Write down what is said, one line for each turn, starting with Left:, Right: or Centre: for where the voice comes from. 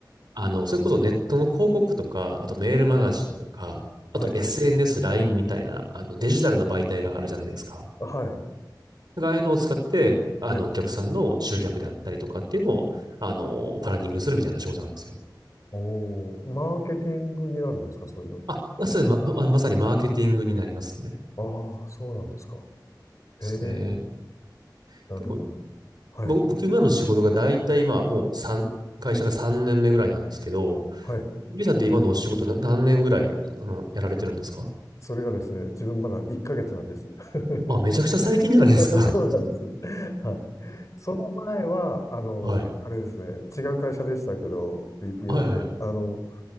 Right: あの、それこそネットの広告とか、あとメールマガジンとか、
Left: はい。はい。
Right: あと SNS、LINE みたいな、あの、デジタルな媒体があるじゃないですか。
Left: はい。
Right: なんかああいうのを使って、あの、
Left: はい。
Right: お客さんの集客であったりとかっていうのを、あの、プランニングするみたいな仕事なんですよ。
Left: おー、マーケティングになるんですか、そういうの。
Right: あ、あそれま、ままさにマーケティングになりますね。で
Left: ああ、そうなんですか。
Right: すね。
Left: へえ、なるほど。
Right: 結構
Left: はい。
Right: 僕、僕今の仕事が大体今もう三会社が3年目ぐらいなんですけど、
Left: はい。
Right: リュウさんって今のお仕事な何年ぐらい、あの、やられてるんですか
Left: それがですね、自分まだ1ヶ月なんです。<laughs>
Right: あ、めちゃくちゃ最近じゃないですか。
Left: <laughs> そうなんです。はい。その前は、あの、
Right: <laughs> はい。
Left: あれですね、違う会社でしたけど、BPO
Right: はいはいは
Left: で、あの、